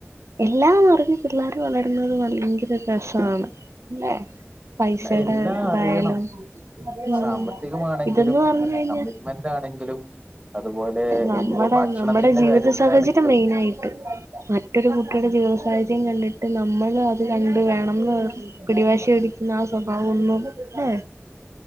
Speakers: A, on the right (about 80°); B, on the right (about 30°).
A: എല്ലാം അറിഞ്ഞ് പിള്ളേർ വളരുന്നത് ഭയങ്കര രസാണ് അല്ലെ? പൈസയുടെ
B: അല്ല എല്ലാം
A: ഇതായാലും.
B: അറിയണം
A: ഉം
B: സാമ്പത്തികമാണെങ്കിലും
A: ഇതെന്ന് പറഞ്ഞ് കഴിഞ്ഞ
B: കമ്മിറ്റ്മെന്റ് ആണെങ്കിലും അതുപോലെ
A: നമ്മടെ
B: ഇനിയിപ്പോ ഭക്ഷണത്തിന്റെ
A: നമ്മടെ ജീവിത
B: കാര്യത്തിലാണെങ്കിലും
A: സാഹചര്യം മെയ്നായിട്ട്. മറ്റൊരു കുട്ടിയുടെ ജീവിത സാഹചര്യം കണ്ടിട്ട് നമ്മൾ അത് കണ്ട് വേണംന്ന് പറ പിടിവാശി പിടിക്കുന്ന ആ സ്വഭാവൊന്നും ല്ലേ.